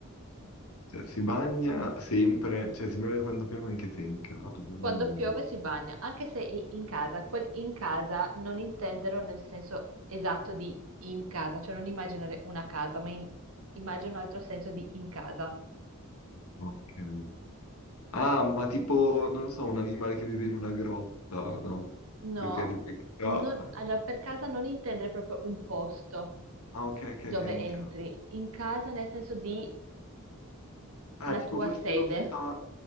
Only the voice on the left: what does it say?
Cioè, si bagna sempre, cioè si bagna quando piove anche se è in casa. Mm,
ok. Ah, ma tipo, non lo so, un animale che vive in una grotta, no?
Perché tipo è in ca-
Ah, ok, ok,
ok, in
ca-
Ah,
tipo
forse
lo sta...